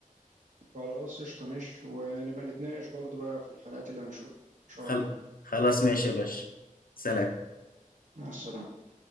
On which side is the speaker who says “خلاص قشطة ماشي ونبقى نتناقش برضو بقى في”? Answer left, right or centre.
Right